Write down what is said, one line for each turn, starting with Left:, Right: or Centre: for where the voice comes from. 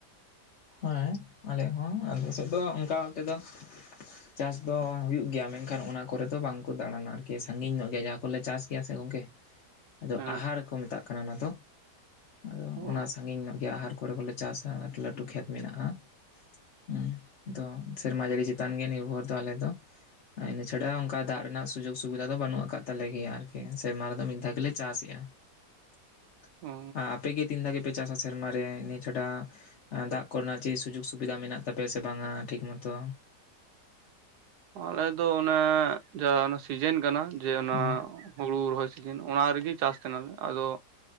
Left: ᱦᱮᱸ ᱟᱞᱮᱭᱟᱜ ᱦᱚᱸ ᱟᱞᱮ ᱥᱮᱫ ᱫᱚ ᱚᱱᱠᱟ ᱚᱱᱛᱮ ᱫᱚᱼᱼ ᱪᱟᱥ ᱫᱚ ᱦᱩᱭᱩᱜ ᱜᱮᱭᱟ ᱢᱮᱱᱠᱷᱟᱱ ᱚᱱᱟ ᱠᱚᱨᱮ ᱫᱚ ᱵᱟᱝᱠᱚ ᱫᱟᱸᱬᱟᱱᱟ ᱟᱨᱠᱤ ᱥᱟᱺᱜᱤᱧ ᱧᱚᱜ ᱜᱮᱭᱟ ᱡᱟᱦᱟᱸ ᱠᱚᱞᱮ ᱪᱟᱥ ᱜᱮᱭᱟ ᱥᱮ ᱜᱚᱝᱠᱮ ᱾ ᱟᱫᱚ
Right: ᱦᱮᱸ
Left: ᱟᱦᱟᱨ ᱠᱚ ᱢᱮᱛᱟᱜ ᱠᱟᱱᱟ ᱚᱱᱟ ᱫᱚ, ᱟᱫᱚ
Right: ᱚ
Left: ᱚᱱᱟ ᱥᱟᱺᱜᱤᱧ ᱧᱚᱜ ᱜᱮᱭᱟ ᱟᱦᱟᱨ ᱾ ᱦᱩᱲᱩ ᱠᱚᱞᱮ ᱪᱟᱥᱟ ᱞᱟᱹᱴᱩ ᱞᱟᱹᱴᱩ ᱠᱷᱮᱛ ᱢᱮᱱᱟᱜᱼᱟ ᱾ ᱦᱮᱸ, ᱫᱚ ᱥᱮᱨᱢᱟ ᱡᱟᱹᱲᱤ ᱪᱮᱛᱟᱱ ᱜᱮ ᱱᱤᱨᱵᱷᱚᱨ ᱫᱚ ᱟᱞᱮ ᱫᱚ ᱾ ᱤᱱᱟᱹ ᱪᱷᱟᱰᱟ ᱚᱝᱠᱟ ᱫᱟᱜ ᱨᱮᱱᱟᱜ ᱥᱩᱡᱳᱜᱽ ᱥᱩᱵᱤᱫᱷᱟ ᱫᱚ ᱵᱟᱹᱱᱩᱜ ᱟᱠᱟᱫ ᱛᱟᱞᱮ ᱜᱮᱭᱟ ᱟᱨᱠᱤ, ᱥᱮᱨᱢᱟ ᱨᱮᱫᱚ ᱢᱤᱫ ᱫᱷᱟᱣ ᱜᱮᱞᱮ ᱪᱟᱥᱮᱜᱼᱟ ᱾
Right: ᱚ
Left: ᱟᱯᱮ ᱜᱮ ᱛᱤᱱ ᱫᱷᱟᱣ ᱜᱮᱯᱮ ᱪᱟᱥᱟ ᱥᱮᱨᱢᱟ ᱨᱮ ᱤᱱᱟᱹ ᱪᱷᱟᱰᱟ? ᱫᱟᱜ ᱠᱚᱨᱮ ᱱᱟᱜ ᱪᱮᱫ ᱥᱩᱡᱳᱜᱽ ᱥᱩᱵᱤᱫᱟ ᱢᱮᱱᱟᱜ ᱛᱟᱯᱮᱭᱟ ᱥᱮ ᱵᱟᱝᱟ ᱴᱷᱤᱠ ᱢᱚᱛᱚ?
Right: ᱟᱞᱮ ᱫᱚ ᱚᱱᱮ ᱡᱟ ᱚᱱᱟ ᱥᱤᱡᱮᱱ ᱠᱟᱱᱟ ᱡᱮ ᱚᱱᱟᱼᱼ
Left: ᱦᱮᱸ
Right: ᱦᱩᱲᱩ ᱨᱚᱦᱚᱭ ᱥᱤᱡᱤᱱ ᱚᱱᱟ ᱨᱮᱜᱮ ᱪᱟᱥ ᱛᱟᱦᱮ ᱱᱟᱞᱮ, ᱟᱫᱚᱼᱼ